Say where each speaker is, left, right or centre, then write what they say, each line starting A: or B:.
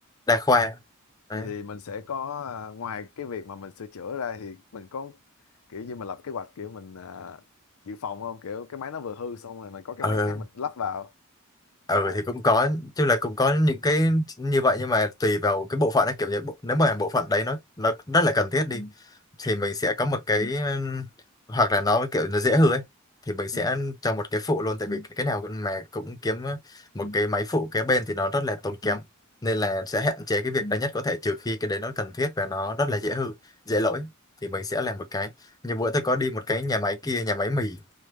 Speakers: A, on the left; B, on the left.
A: đa khoa đấy.
B: vậy thì mình sẽ có à, ngoài cái việc mà mình sửa chữa ra thì mình có kiểu như mình lập kế hoạch kiểu mình à, dự phòng không kiểu cái máy nó vừa hư xong rồi mình có cái
A: Ờ,
B: máy khác mình lắp vào
A: ừ
B: để lại
A: thì cũng có chứ là cũng có những cái như vậy nhưng mà tùy vào cái bộ phận ấy kiểu như bộ- nếu mà bộ phận đấy nó nó rất là cần thiết đi thì mình sẽ có một cái ừm, hoặc là nó kiểu nó dễ hư ấy thì mình sẽ
B: ừ
A: cho một cái phụ luôn tại vì cái nào cũng- mà cũng kiếm một cái máy phụ kế bên thì nó rất là tốn kém nên là sẽ hạn chế cái việc đấy nhất có thể trừ khi cái đấy nó cần thiết và nó rất là dễ hư dễ lỗi thì mình sẽ làm một cái như bữa tôi có đi một cái nhà máy kia nhà máy mì